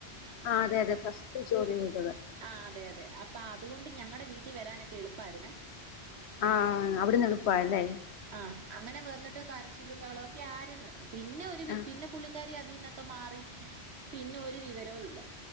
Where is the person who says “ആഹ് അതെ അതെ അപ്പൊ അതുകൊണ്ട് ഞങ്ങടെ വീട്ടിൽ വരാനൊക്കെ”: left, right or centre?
Right